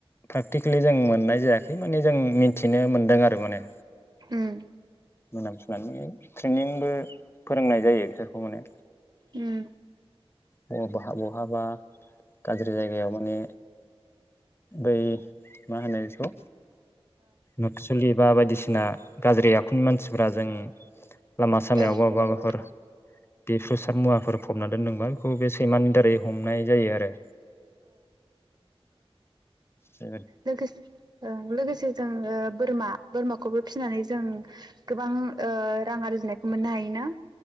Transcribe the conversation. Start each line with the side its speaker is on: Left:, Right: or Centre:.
Left: प्रेकटिकेलि जों मोननाय जायाखै माने जों मिथिनो मोन्दों आरो माने
Right: ओम
Left: मोनाम सुनानै ट्रेनिंबो फोरोंनाय जायो बिसोरखौ माने
Right: उम
Left: बबाहा बहाबा गाज्रि जायगायाव माने दै मा होनो इदिखौ नक्सलि बा बायदिसिना गाज्रि आखुनि मानसिफोरा जों लामा
Right: ओ
Left: सामायावबा बहाबाफोर
Right: ओ
Left: बेफोरसो मुवाफोर फबना दोनदोंबा बे सैमानि दारै हमनाय जायो आरो बेबायदि।
Right: लोगो ओं लोगोसे जोङो बोरमा बोरमाखौबो फिसिनानै जों गोबां ओ रां आरजिनायखौ मोननो हायोना